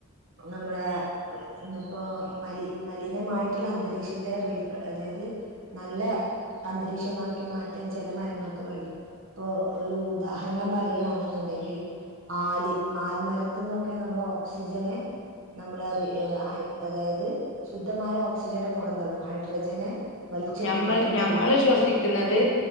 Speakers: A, on the right; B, on the left.
A: നമ്മളെ ഇന്ന് പ്പോ മലി മലിനമായിട്ടുള്ള അന്തരീക്ഷത്തെ റീഫ്ര അതായത്. നല്ല അന്തരീക്ഷമാക്കി മാറ്റാൻ ചെല മരങ്ങൾക്ക് കഴിയും ഇപ്പൊ ഒരു ഉദാഹരണം പറയാണ്ന്നുണ്ടെങ്കിൽ ആല് ആൽമരത്തുന്നൊക്കെ നമ്മള് ഓക്സിജനെ നമ്മള് പറയും ഏഹ് ആയ് അതായത് ശുദ്ധമായ ഓക്സിജനെ പുറം തള്ളും ഹൈഡ്രജനെ വലിച്ചെടുക്കുന്നതും
B: ഞമ്മള് ഞമ്മള്
A: ചെയ്യുന്നുണ്ട്
B: ശ്വസിക്കുന്നത്